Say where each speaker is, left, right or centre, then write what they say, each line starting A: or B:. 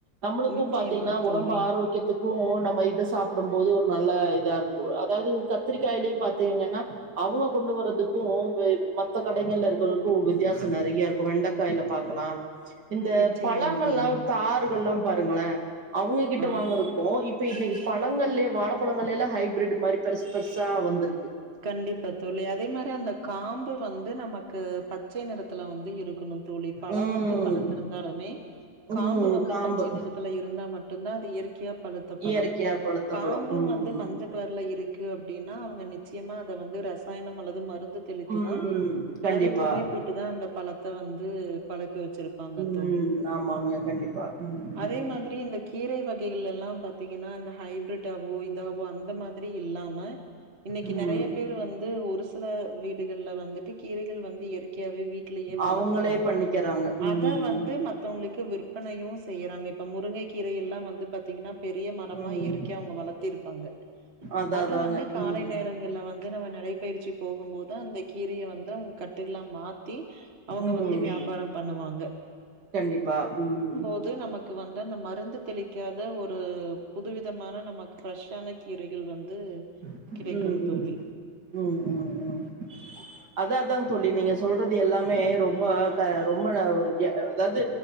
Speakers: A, on the right (about 70°); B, on the right (about 35°).
A: நம்ளுக்கு
B: நிச்சயமா
A: பாத்தீங்ன்னா ஒ
B: தோழி,
A: ஆரோக்யத்துக்கு நம்ம இத சாப்பிடும் போது ஒரு நல்ல இதா இருக்கு அதாவது கத்திரிக்காயிலே பாத்தீங்கன்னா அவுங்க கொண்டு வறதுக்கு இப் மத்த கடைகள்ல இருகிறருக்கு வித்தயாசோ நெறைய இருக்கு வெண்டைகாய்ல பாக்கலா இந்த
B: நிச்சயமா
A: பழங்கள்லா
B: தோழி.
A: தறுகள்லா பாருங்களே அவுங்ககிட்ட
B: ஆ
A: வாங்குற ப்போ இப்ப இன்னைக்கு பழங்கள்லே வாழைப்பழங்கள்லே ஹைப்ரிட்டு மாரி பெருஸ் பெருசா வந்திருக்கு
B: கண்டிப்பா தோழி அதே மாரி அந்த காம்பு வந்து நமக்கு ப ச்சை நிறத்துல வந்து இருக்கணு தோழி பழம்
A: ம்
B: வந்து பழுத்திருந்தாலுமே
A: ம்
B: காம்பு வந்து
A: காம்பு
B: பச்சை நிறத்துல இருந்தா மட்டுந்தா அது இயற்கியா பழுத்த பழம்
A: இயற்கையா பழுத்த
B: காம்பூ
A: பழம் ம்
B: வந்து மஞ்ச கலர்ல இருக்கு அப்டின்னா அவுங்க நிச்சயமா அத வந்து ரசாயனம் அல்லது மருந்து தெளித்துதா
A: ம் கண்டிப்பா
B: அல்லது புகை போட்டுதா அந்த பழத்த வந்து பழுக்க வெச்சிருப் பாங்க
A: ம்
B: தோழி
A: ஆமாங்க கண்டிப்பா ம்
B: அதே மாதிரி இந்த கீரை வகைகள் எல்லா பாத்தீங்கன்னா இந்த ஹைப்ரிட்டாவோ இதாவோ அந்த மாரி இல்லாம இன்னைக்கு
A: ம் ம்
B: நெறைய பேர் வந்து ஒரு சில வீடுகள்ல வந்துட்டு கீரைகள் வந்து இயற்கையாவே வீட் லயே வளத்துறாங்க
A: அவங்களே பண்ணிக்கிறாங்க ம்
B: அத வந்து மத் தவங்களுக்கு விற்பனையு செய்யறாங்க இப்ப முருங்கை கீரை எல்லா வந்து பாத்திங்கன்னா பெரிய மரமா
A: ம்
B: இயற்கையா அவங்க வளத்திருப்பாங்க
A: அதா
B: அத
A: அதாங்க
B: வந்து காலை
A: ம்
B: ங்கள்ல வந்து நம்ம நடைபயிற்சி போகும் போது அந்த கீரையை வந்து நமக்கு கட்டுகளா மாத்தி அவங்க
A: ம்
B: வந்து வியாபாரம் பண்ணுவாங்க
A: கண்டிப்பா, ம்
B: போது நமக்கு வந்து அந்த மருந்து தெளிக்காத ஒரு புதுவிதமான நமக்கு ஃப்ரெஷ்ஷான கீரைகள் வந்து
A: ம்,
B: கிடைக்கும்
A: ம்,
B: தோழி.
A: ம், ம், ம் அதா அதா தோழி நீங்க சொல்றது எல்லாமே ரொம்ப க ரொம்ப ஒரு எ அதாவது